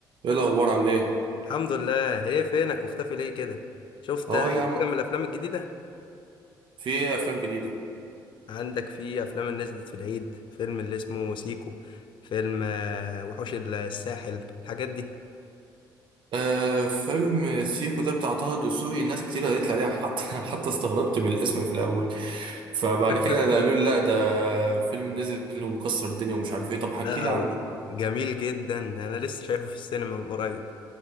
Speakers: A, on the right; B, on the left.
A: ايه الاخبار عامل ايه
B: الحمد لله ايه فينك مختفي ليه كده شفت
A: اهو
B: اي
A: يا عم
B: فيلم من الافلام الجديده
A: في ايه افلام جديده
B: عندك في افلام اللي نزلت في العيد فيلم اللي اسمه سيكو فيلم آه، وحوش الساحل الحاجات دي
A: آه فيلم سيكو ده بتاع طه دسوقي ناس كتير قالت لي عليه حتى <laughs> حتى استغربت من الاسم في الاول فبعد
B: <laughs>
A: كده ده قالوا لي لا ده فيلم نزل ومكسر الدنيا ومش عارف ايه طب حكي
B: لا
A: لي
B: هو
A: عنه
B: جميل جدا انا لسه شايفه في السينما من قريب